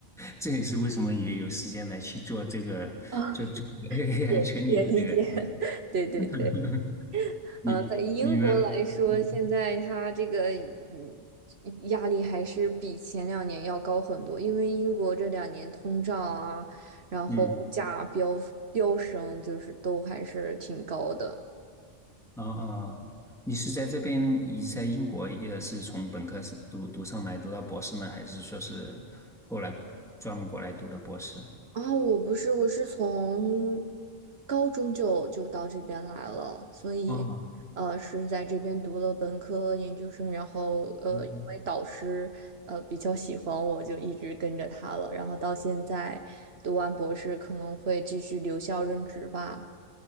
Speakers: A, in the centre; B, on the right.
A: 这也是为什么也有时间来去做这个做这个
B: 啊，<laughs>
A: AI 圈里的这个。
B: 也理解理解，<laughs> 对对对。
A: <laughs> 你你呢？
B: 呃，在英国来说，
A: 嗯，
B: 现在它这个嗯压力还是比前两年要高很多，因为英国这两年通胀啊，然后物价飙飙升，
A: 嗯
B: 就是都还是挺高的。
A: 哦哦，你是在这边，你在英国也是从本科是读读上来，读到博士呢，还是说是后来专门过来读的博士？
B: 啊，我不是，我是从高中就就到这边来了，所以，
A: 哦，
B: 呃，是在这边读了本科、研究生，然后，呃，
A: 嗯，
B: 因为导师，呃，比较喜欢我，就一直跟着他了，然后到现在读完博士，可能会继续留校任职吧。